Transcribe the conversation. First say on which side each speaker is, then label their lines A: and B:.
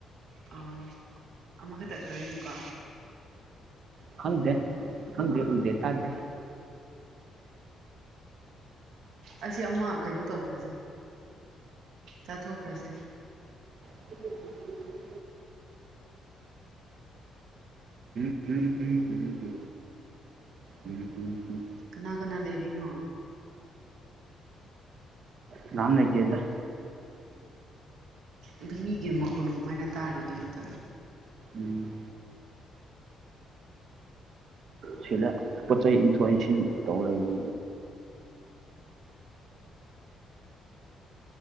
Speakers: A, on the right; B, on the right.
A: ꯑꯣ ꯑꯃꯈꯛꯇ ꯑꯣꯏꯔꯤꯅꯤꯀꯣ
B: ꯈꯪꯗꯦ ꯈꯪꯗꯦ ꯎꯗꯦ ꯇꯥꯗꯦ
A: ꯑꯁꯤ ꯑꯃ ꯀꯩꯅꯣ ꯇꯧꯕꯁꯦ ꯆꯥꯊꯣꯛꯈ꯭ꯔꯁꯦ
B: <inaudible> ꯍꯝ ꯍꯨꯝ ꯍ ꯎꯝ ꯎꯝ ꯎꯝ
A: ꯀꯅꯥ ꯀꯅꯥ ꯂꯩꯔꯤꯅꯣ
B: ꯀꯅꯥꯝ ꯂꯩꯇꯦꯗꯥ
A: ꯑꯗꯨ ꯃꯤꯒꯤ ꯃꯈꯣꯟ ꯀꯃꯥꯏꯅ ꯇꯥꯔꯤꯗꯣꯏꯅꯣ ꯀꯅꯥ
B: ꯎꯝ ꯁꯤꯗ ꯄꯣꯠ ꯆꯩ ꯏꯟꯊ ꯏꯟꯁꯤꯟ ꯇꯧ ꯂꯩꯕ